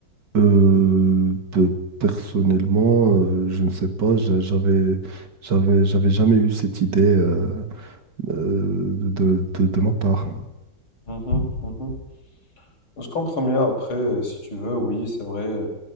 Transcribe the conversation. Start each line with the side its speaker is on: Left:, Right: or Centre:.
Right: Euh, de- personnellement, euh, je ne sais pas, j'a- j'avais, j'avais, j'avais jamais eu cette idée euh, euh, de, de- de ma part.
Left: Mhm, mhm. Je comprends mieux après, euh, si tu veux, oui, c'est vrai, euh,